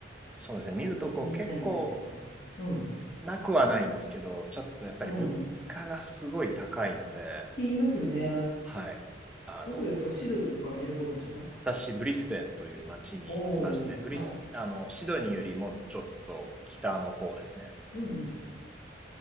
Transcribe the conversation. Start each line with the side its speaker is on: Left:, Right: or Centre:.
Centre: そうですね、見るとこう結構
Left: 行ってみたいんですけどね。うん。
Centre: なくはないんですけど、ちょっとやっぱり物価がすごい高いので、
Left: うん。って言いますよね。
Centre: はい。あの、
Left: どこですかシドニーとかメルボルンとか
Centre: 私、ブリスベンという町にいまして、
Left: お
Centre: ブリス、
Left: ーおー、はい。
Centre: あの、シドニーよりもちょっと北の方ですね。
Left: うんうん。